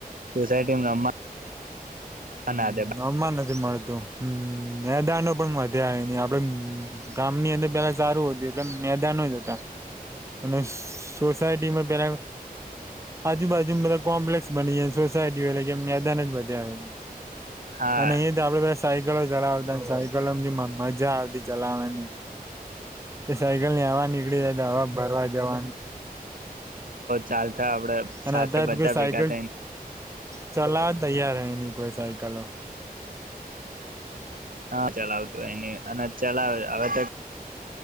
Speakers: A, on the right (about 65°); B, on the right (about 20°).
A: સુસાયટી રમવા
B: હમ
A: ના દે
B: નમા નથી મળ તો હમ મેદાનો પણ વધ્યા અયની આપડે ગામની અંદર પેલા સારું હતું એટલે મેદાનો જ હતા અને સોસાયટીમાં પેલા આજુ બાજુ મેરા. કોમ્પ્લેસ બની ગયા સોસાય એટલે કે મેદાન જ વધ્યા.
A: હા
B: અને એ જ આપડે. સાયકલો ચલાવતા સાયકલો જે મજા આવતી ચલાવાની. એ સાયકલ ની હવા નીકળી જાય તો હવા ભરવા જવાનું
A: ચાલતા આપડે
B: અને
A: સાથે
B: અધાધ
A: બધા
B: કોઈ સાયકલ
A: ભેગા થઈને
B: ચલાવ તૈયાર હ ન કોઈ સાયકલો
A: હા ચલાવતું હો ન અને ચલાવે હવે તો